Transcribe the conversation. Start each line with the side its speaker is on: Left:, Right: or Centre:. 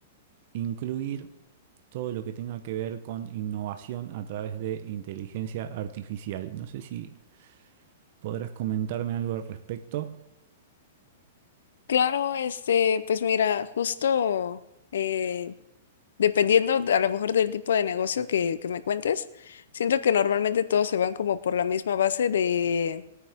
Right: incluir todo lo que tenga que ver con innovación a través de inteligencia artificial. No sé si podrás comentarme algo al respecto.
Left: Claro, este, pues mira, justo eh, dependiendo de- a lo mejor del tipo de negocio que, que me cuentes, siento que normalmente todos se van como por la misma base de